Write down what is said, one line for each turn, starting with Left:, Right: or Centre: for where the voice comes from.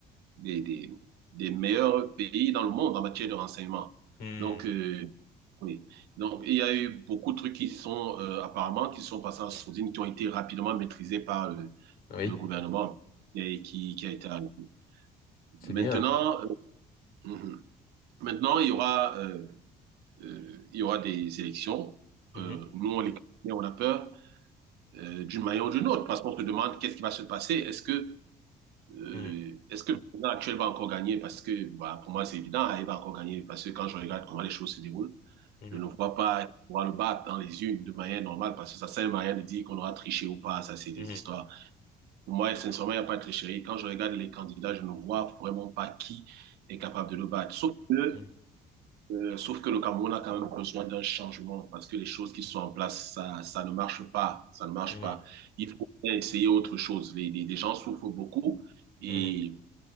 Right: des, des, des meilleurs pays dans le monde en matière de renseignement.
Left: mhm.
Right: Donc, euh, oui. Donc, il y a eu beaucoup de trucs qui sont euh, apparemment qui sont passés en sourdine, qui ont été rapidement maîtrisés par le,
Left: Oui,
Right: le gouvernement et qui, qui a été arrêté.
Left: c'est
Right: Maintenant,
Left: bien.
Right: euh, mhm. maintenant il y aura, euh, euh, il y aura des élections.
Left: Mhm,
Right: Euh, nous, on les connaît, on a peur euh, d'une manière ou d'une autre parce qu'on se demande qu'est-ce qui va se passer. Est-ce que Euh,
Left: mhm,
Right: est-ce que le président actuel va encore gagner? Parce que bah, pour moi, c'est évident, hein, il va encore gagner. Parce que quand je regarde comment les choses se déroulent,
Left: mhm,
Right: je ne vois pas pouvoir le battre dans les unes de manière normale. Parce que ça sert à rien de dire qu'on aura triché ou pas. Ça, c'est des
Left: mhm,
Right: histoires. Pour moi, sincèrement, il n'y a pas de tricherie. Quand je regarde les candidats, je ne vois vraiment pas qui est capable de le battre. Sauf que,
Left: mhm,
Right: euh, sauf que le Cameroun a quand même besoin d'un changement. Parce que les choses qui sont en place, ça, ça ne marche pas. Ça ne marche
Left: mhm,
Right: pas. Il faut essayer autre chose. Les, les, les gens souffrent beaucoup. Et
Left: mhm, mhm.